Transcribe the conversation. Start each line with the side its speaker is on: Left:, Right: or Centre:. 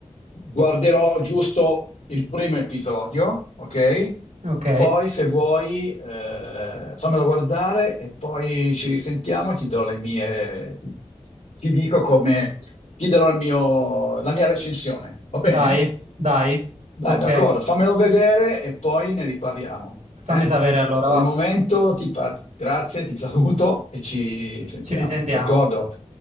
Left: Guarderò giusto il primo episodio, ok?
Right: Ok,
Left: Poi, se vuoi, eh, fammelo guardare e poi ci risentiamo e ti do le mie. Ti dico come. Ti darò il mio- la mia recensione. Va bene?
Right: dai, dai.
Left: Dai,
Right: Ok,
Left: d'accordo, fammelo vedere e poi ne riparliamo.
Right: fammi
Left: eh?
Right: sapere allora,
Left: Per
Right: va.
Left: il momento ti fa... grazie, ti saluto e ci sentiamo.
Right: Ci risentiamo.
Left: D'accordo?